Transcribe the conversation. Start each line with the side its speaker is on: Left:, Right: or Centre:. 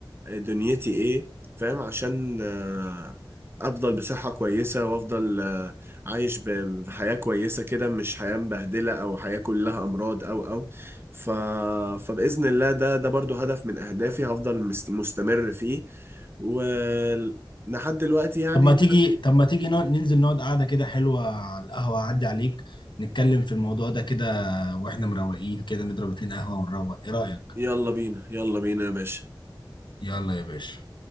Right: دنيتي ايه فاهم عشان آه، افضل بصحة كويسة وافضل آه، عايش ب- بحياة كويسة كده مش حياة مبهدلة او حياة كلها امراض او او ف... فبإذن الله ده ده برضو هدف من اهدافي هفضل مست- مستمر فيه ولحد دلوقتي يعني
Left: طب ما تيجي
Right: لحد-
Left: طب ما تيجي نقعد- ننزل نقعد قعده كده حلوه على القهوه اعدي عليك نتكلم في الموضوع ده كده واحنا مروقين كده نضرب اتنين قهوه ونروق ايه رايك
Right: يلا بينا يلا بينا يا باشا
Left: يلا يا باشا